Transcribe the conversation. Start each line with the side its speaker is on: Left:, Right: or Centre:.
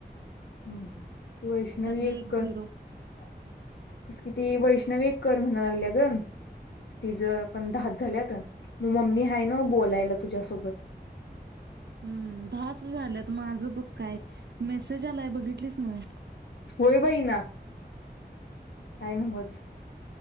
Left: हम्म ती वैष्णवी
Right: त्यातलं
Left: एक तेचं
Right: झिरो.
Left: की ती वैष्णवी एक कर म्हणायाला लागल्या ग तिझं पण दहाचं झाल्यात मग मम्मी हाय न्हवं बोलायला तुझ्यासोबत
Right: <inaudible> हम्म दहाच झाल्यात माझं बघ काय मेसेज आलाय बघितलीस न्हवं
Left: होय बाई ना काय न्हवंच.